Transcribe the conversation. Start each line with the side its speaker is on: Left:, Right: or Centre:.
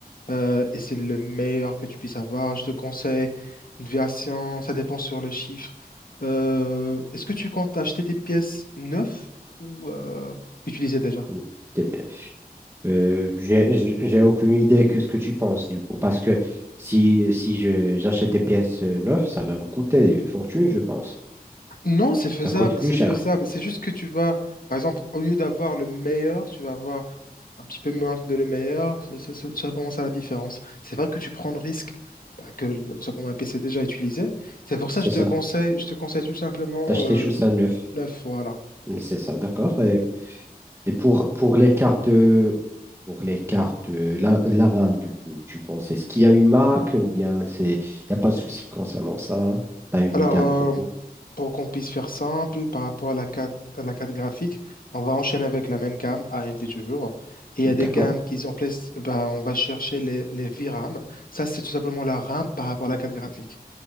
Left: Euh, et c'est le meilleur que tu puisses avoir. Je te conseille une version, ça dépend sur le chiffre. Euh, est-ce que tu comptes acheter des pièces neuves ou euh, utilisées déjà?
Right: Mm. T'es- Euh, j'ai j'ai- j'ai aucune idée que ce que tu penses du coup, parce que si, si je, j'achète des pièces euh, neuves, ça va me coûter une fortune, je pense.
Left: Non, c'est faisable,
Right: Ça coûte plus
Left: c'est
Right: cher,
Left: faisable. C'est juste que tu vas, par exemple, au lieu d'avoir le meilleur, tu vas avoir un petit peu moins que de le meilleur, c'est c'est- c'est- c'est vraiment ça commence à la différence. C'est vrai que tu prends le risque bah, que le- tout simplement un PC déjà utilisé. C'est pour
Right: c'est
Left: ça que je te
Right: ça.
Left: conseille, je te conseille tout simplement
Right: D'acheter
Left: euh,
Right: tout ça neuf,
Left: neuf, voilà.
Right: Mm, c'est ça, d'accord. Et Et pour, pour les cartes, euh, pour les cartes, euh, la, la RAM, du coup, tu penses, est-ce qu'il y a une marque ou bien c'est, il n'y a pas de souci concernant ça? Tu as une
Left: Alors,
Right: idée à
Left: euh,
Right: propos?
Left: pour qu'on puisse faire simple par rapport à la carte, à la carte graphique, on va enchaîner avec la même gamme, AMD toujours. Et il y
Right: D'accord,
Left: a des gammes qu'ils ont place, bah, on va chercher les, les VRAM. Ça, c'est tout simplement la RAM par rapport à la carte graphique.